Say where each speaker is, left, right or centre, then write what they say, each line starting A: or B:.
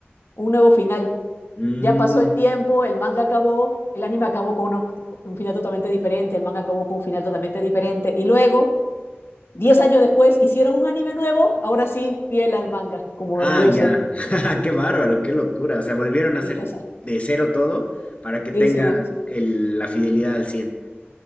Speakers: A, on the left; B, on the left.
A: un nuevo final.
B: Mm,
A: Ya pasó el tiempo, el manga acabó, el anime acabó con uno- un final totalmente diferente, el manga acabó con un final totalmente diferente. Y luego, 10 años después, hicieron un anime nuevo, ahora sí, fiel al manga, como
B: Ah,
A: debió
B: ya.
A: ser.
B: <laughs> Qué bárbaro, qué locura. O sea, volvieron a hacer
A: Y entonces,
B: de cero todo para que
A: sí,
B: tenga
A: sí, sí.
B: el- la fidelidad al 100.